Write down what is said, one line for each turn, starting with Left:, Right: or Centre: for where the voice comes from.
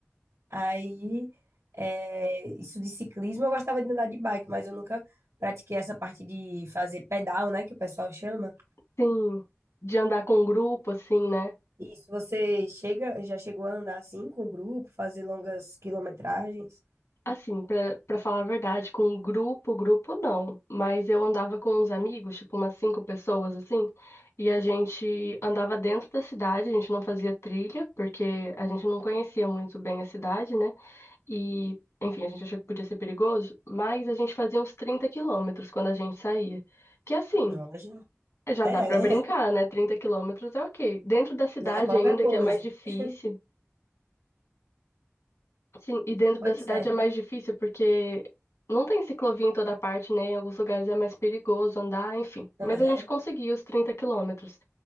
Right: Aí, é, isso de ciclismo, eu gostava de andar de bike, mas eu nunca pratiquei essa parte de fazer pedal, né, que o pessoal chama.
Left: Sim, de andar com um grupo, assim, né?
Right: Isso, você chega, já chegou a andar assim com o grupo, fazer longas quilometragens?
Left: Assim, pra, pra falar a verdade, com um grupo, grupo não. Mas eu andava com uns amigos, tipo umas cinco pessoas, assim, e a gente andava dentro da cidade, a gente não fazia trilha, porque a gente não conhecia muito bem a cidade, né? E, enfim, a gente achou que podia ser perigoso, mas a gente fazia uns 30 quilômetros quando a gente saía. Que assim,
Right: Loja?
Left: já
Right: É,
Left: dá
Right: <laughs>
Left: pra brincar,
Right: é,
Left: né? trinta quilômetros é ok. Dentro da cidade
Right: não é qualquer
Left: ainda,
Right: coisa.
Left: que é mais difícil.
Right: <laughs>
Left: Sim, e dentro
Right: Pois
Left: da cidade
Right: é.
Left: é mais difícil porque não tem ciclovia em toda parte, né? Em alguns lugares é mais perigoso andar, enfim. Mas
Right: Aham.
Left: a gente conseguiu os 30 quilômetros,